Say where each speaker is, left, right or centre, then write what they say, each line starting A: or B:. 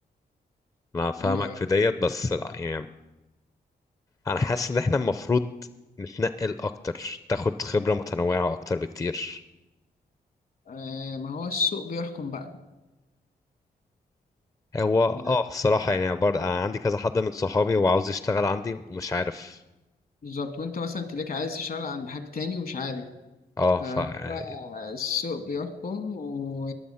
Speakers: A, on the left (about 20°); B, on the left (about 60°).
A: أنا فاهمك
B: اللي
A: في ديت بس لا، يعني أنا حاسس إن احنا المفروض نتنقل أكتر تاخد خبرة متنوعة أكتر بكتير
B: آه ما هو السوق بيحكم بقى
A: هو اه
B: يعني
A: الصراحة يعني برضه أنا عندي كذا حد من صحابي هو عاوز يشتغل عندي ومش عارف
B: بالظبط وانت مثلا تلاقيك عايز تشتغل عند حد تاني ومش عارف
A: اه
B: فهو
A: ف اه
B: السوق بيحكم و...